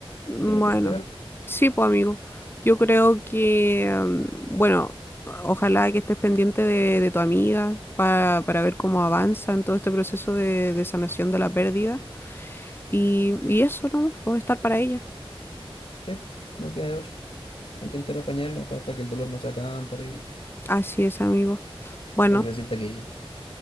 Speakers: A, on the left; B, on the left.
A: Mm,
B: Tiene
A: Bueno,
B: que superarlo,
A: sí, pues amigo, yo creo que, mm, bueno, ojalá que estés pendiente de, de tu amiga para, para ver cómo avanza en todo este proceso de, de sanación de la pérdida. Y, y eso, ¿no? Puedo estar para ella.
B: ¿sí? No queda de otra. Intentar apañarla para, que el dolor no sea tan terrible.
A: Así es, amigo. Bueno,
B: O que se sienta querida.